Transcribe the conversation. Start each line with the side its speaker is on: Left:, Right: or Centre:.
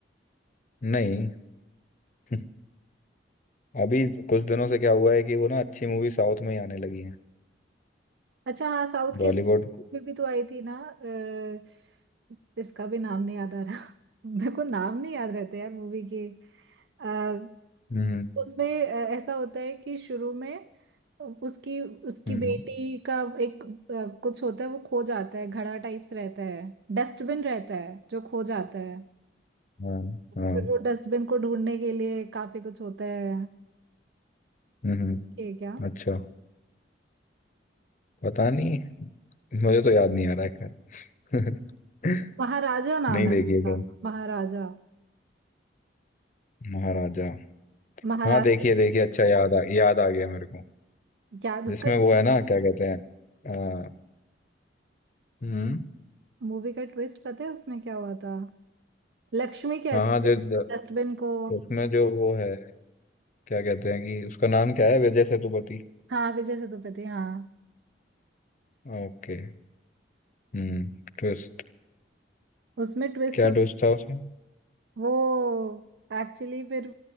Left: नहीं <laughs> अभी कुछ दिनों से क्या हुआ है कि वो ना अच्छी मूवी साउथ में ही आने लगी है
Right: अच्छा हाँ साउथ के
Left: बॉलीवुड
Right: में भी तो आई थी ना अ, इसका भी नाम नहीं याद आ रहा <laughs> मेरे को नाम नहीं याद रहते यार मूवी के आ,
Left: हम्म
Right: उसमें अ, ऐसा होता है कि शुरू में उसकी उसकी
Left: हम्म
Right: बेटी का एक अ, कुछ होता है वो खो जाता है घड़ा टाइप्स रहता है डस्टबिन रहता है जो खो जाता है
Left: हम्म, हाँ
Right: फिर
Left: हाँ
Right: वो डस्टबिन को ढूंढने के लिए काफी कुछ होता है
Left: हम्म हम्म।
Right: ये क्या
Left: अच्छा पता नहीं मुझे तो याद नहीं आ रहा है खैर। <laughs>
Right: महाराजा नाम
Left: नहीं
Right: है
Left: देखिए
Right: उसका
Left: शायद
Right: महाराजा
Left: महाराजा
Right: महाराजा
Left: हाँ देखिए देखिए अच्छा याद आ याद आ गया मेरे को
Right: क्या उसका
Left: जिसमें वो है ना क्या कहते हैं अ, हम्म
Right: मूवी का ट्विस्ट पता है उसमें क्या हुआ था लक्ष्मी कहती
Left: हाँ हाँ जो
Right: है
Left: जो-
Right: डस्टबिन को
Left: उसमें जो वो है क्या कहते हैं कि उसका नाम क्या है विजय सेतुपति
Right: हाँ विजय सेतुपति हाँ
Left: ओके हम्म ट्विस्ट
Right: उसमें ट्विस्ट
Left: क्या ट्विस्ट था उसमें
Right: वो एक्चुअली फिर